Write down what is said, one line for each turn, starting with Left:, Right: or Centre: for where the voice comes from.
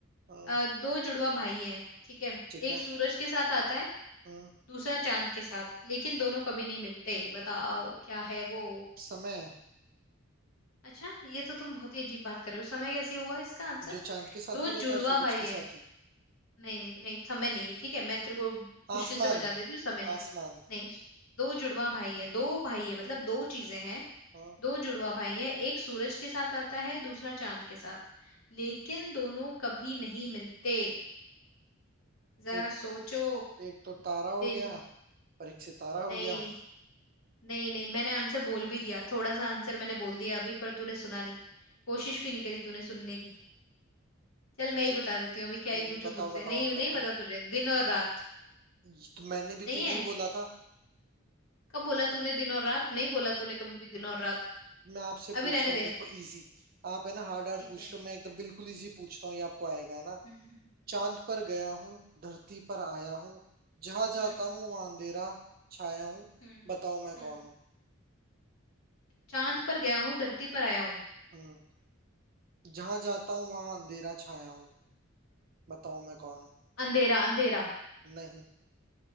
Right: हम्म,
Left: अ, दो जुड़वा भाई हैं ठीक है
Right: ठीक
Left: एक
Right: है
Left: सूरज के साथ आता है
Right: हम्म
Left: दूसरा चांद के साथ लेकिन दोनों कभी नहीं मिलते बताओ क्या है वो
Right: समय
Left: अच्छा ये तो तुम बहुत ही अजीब बात कर रहे हो समय कैसे हुआ इसका आंसर
Right: जो चांद के साथ
Left: दो
Right: भी रहता
Left: जुड़वा
Right: है सूरज
Left: भाई
Right: के
Left: है
Right: साथ ही
Left: नहीं नहीं नहीं समय नहीं है ठीक है मैं तेरे को मुश्किल
Right: आसमान
Left: से बचा देती हूँ समय नहीं
Right: आसमान
Left: नहीं दो जुड़वा भाई है दो भाई है मतलब दो चीजें हैं
Right: हाँ
Left: दो जुड़वा भाई है एक सूरज के साथ आता है दूसरा चांद के साथ लेकिन दोनों कभी नहीं मिलते जरा
Right: एक
Left: सोचो
Right: एक तो तारा हो
Left: दिन
Right: गया और एक सितारा हो
Left: नहीं
Right: गया
Left: नहीं नहीं मैंने आंसर बोल भी दिया थोड़ा सा आंसर मैंने बोल दिया अभी पर तूने सुना नहीं कोशिश भी नहीं करी तूने सुनने की चल मैं ही
Right: च,
Left: बता देती हूँ अभी क्या
Right: हम्म,
Left: ही पूछूं
Right: बताओ
Left: तुझसे
Right: बताओ
Left: नहीं
Right: आप
Left: नहीं
Right: बताओ
Left: पता तुझे दिन और रात
Right: ये तो मैंने भी तो
Left: नहीं
Right: यही
Left: है
Right: बोला था
Left: कब बोला तूने दिन और रात नहीं बोला तूने कभी भी दिन और रात
Right: मैं आपसे पूछता
Left: अभी रहने
Right: हूँ
Left: दे
Right: देखो इजी आप है ना हार्ड हार्ड
Left: ठीक
Right: पूछ
Left: है
Right: रहे हो मैं एकदम बिल्कुल इजी पूछता हूँ ये आपको आएगा है ना
Left: हम्म
Right: चांद
Left: हम्म
Right: पर गया हूँ धरती पर आया हूँ जहाँ
Left: हम्म
Right: जाता हूँ वहाँ अंधेरा छाया हूँ
Left: हम्म
Right: बताओ मैं
Left: हम्म
Right: कौन
Left: हम्म।
Right: हूँ
Left: चांद पर गया हूँ धरती पर आया हूँ
Right: हम्म जहाँ जाता हूँ वहाँ अंधेरा छाया हूँ बताओ मैं कौन हूँ
Left: अंधेरा अंधेरा
Right: नहीं